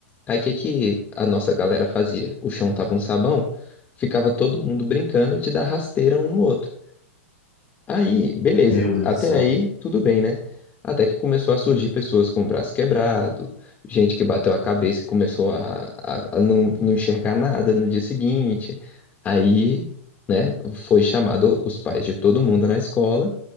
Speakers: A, on the left (about 25°); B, on the left (about 45°).
A: Aí o que que a nossa galera fazia? O chão tava um sabão, ficava todo mundo brincando de dar rasteira um no outro. Aí, beleza,
B: Meu Deus
A: até
B: do céu.
A: aí tudo bem, né? Até que começou a surgir pessoas com o braço quebrado, gente que bateu a cabeça e começou a, a, a não, não enxergar nada no dia seguinte. Aí, né, foi chamado os pais de todo mundo na escola